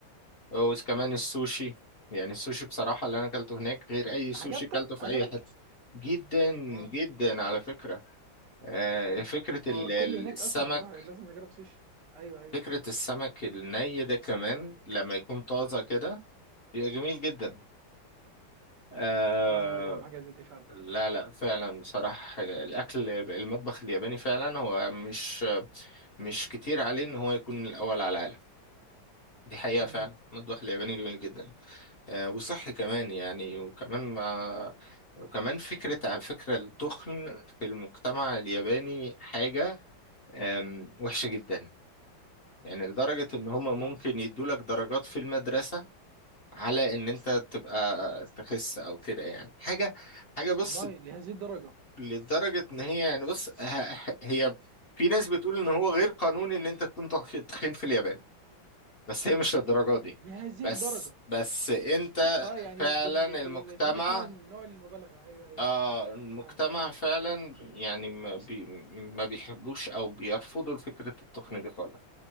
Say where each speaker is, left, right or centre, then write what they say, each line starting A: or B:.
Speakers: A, on the left; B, on the right.
A: وكمان السوشي يعني السوشي بصراحة اللي أنا أكلته هناك غير أي سوشي
B: عجبتك
A: أكلته في
B: عجبك
A: أي حتة جدا
B: اه
A: جدا
B: يعني.
A: على فكرة آه،
B: مم.
A: فكرة
B: ما
A: ال-
B: هو الكل
A: ال-
B: هناك
A: السمك
B: اصلا بيروح لازم نجرب سوشي ايوه ايوه
A: فكرة السمك الني ده كمان لما يكون طازة كده بيبقى جميل جدا آه
B: لازم نجرب حاجه زي دي فعلا
A: لا لا فعلا بصراحة الأكل المطبخ الياباني فعلا هو مش مش كتير عليه إن هو يكون الأول على العالم دي حقيقة
B: امم
A: فعلا المطبخ الياباني جميل جدا آه، وصحي كمان يعني وكمان مع وكمان فكرة على فكرة التخن في المجتمع الياباني حاجة آم، وحشة جدا يعني لدرجة إن هما ممكن
B: اه
A: يدولك درجات في المدرسة على إن أنت تبقى تخس أو كده يعني حاجة حاجة بص
B: والله لهذه الدرجه
A: لدرجة إن هي يعني بص ه- هي في ناس بتقول إن هو غير قانوني إن أنت تكون تخ- تخين في اليابان بس هي مش للدرجة دي
B: لهذه
A: بس
B: الدرجه
A: بس أنت
B: اه يعني
A: فعلا
B: بال... بيبينك
A: المجتمع
B: نوع الم- نوع المبالغه ايوه ايوه
A: آه المجتمع
B: فعلا
A: فعلا يعني ما, بي ما بيحبوش او بيرفضوا فكرة التقنية دي خالص